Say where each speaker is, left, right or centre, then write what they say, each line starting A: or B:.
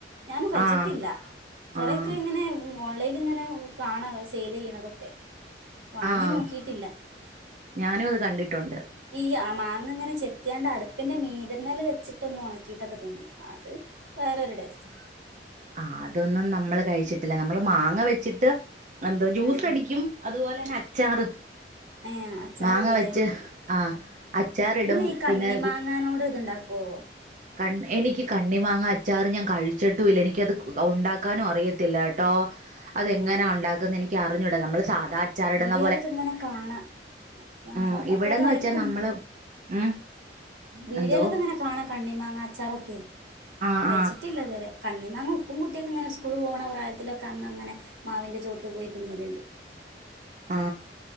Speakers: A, on the right; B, on the right.
A: ഞാനും കഴിച്ചിട്ടില്ല
B: ആഹ്
A: കൊറൊക്കെ
B: ആഹ്
A: ങ്ങനെ ഓൺലൈനി ഇങ്ങനെ കാണ സെയ്ൽ ചെയ്യ്ണതൊക്കെ വാങ്ങി
B: ആഹ്
A: നോക്കിട്ടില്ല
B: ഞാനും അത് കണ്ടിട്ടുണ്ട്
A: ഈ മാങ്ങ ഇങ്ങനെ ചെത്തിയാണ്ട് അടുപ്പിന്റെ മീതന്മല വെച്ചിട്ടൊ ഒന്ന് ഉണക്കി ഉണക്കിയിട്ടൊക്കെ തിന്നും അത് വേറൊരു ടെസ്റ്റ്
B: ആ അതൊന്നും നമ്മള് കഴിച്ചിട്ടില്ല നമ്മള് മാങ്ങ വെച്ചിട്ട് എന്താ ജ്യൂസ്
A: ഉം ഉം
B: അടിക്കും അതുപോലെ തന്നെ അച്ചാറ്
A: ഏ അച്ചാർ
B: മാങ്ങ
A: ഇടുലെ
B: വെച്ച് ആ അച്ചാറിടും
A: ങ്ങള് ഇ കണ്ണി
B: പിന്നെ
A: മാങ്ങാനോട് ഇതുണ്ടാക്കോ
B: കണ്ണിഎനിക്ക് കണ്ണി മാങ്ങ അച്ചാറ് ഞാൻ കഴിച്ചിട്ടും ഇല്ല എനിക്ക അത് ഉണ്ടാക്കാനും അറിയത്തില്ല ട്ടോ അതെങ്ങനെയാ
A: ഏഹ്
B: ഉണ്ടാക്കന്ന് എനിക്ക് അറിഞ്ഞൂടാ നമ്മള് സാധാ അച്ചാറി ഇടുന്ന
A: <unintelligible> ഇങ്ങനെ കാണാ അ
B: ഉം
A: സാദാ
B: ഇവിടെന്ന്
A: പോലെ ആയിരിക്കും
B: വെച്ചാ നമ്മള് ഉം
A: വീഡിയോലൊക്കെ
B: എന്തോ
A: അങ്ങനെ കാണാ കണ്ണി മാങ്ങ അച്ചാറൊക്കെ
B: ആ
A: കഴിച്ചിട്ടില്ലതുവരെ
B: ആ
A: കണ്ണിമാങ്ങ ഉപ്പും കുട്ടിയൊക്കെ ഇങ്ങനെ സ്കൂള് പോണ പ്രായത്തിലൊക്കെ അന്ന് അങ്ങനെ മാവിൻ്റെ ചോട്ടിൽ പോയി തിന്നല്ണ്ട്
B: ആ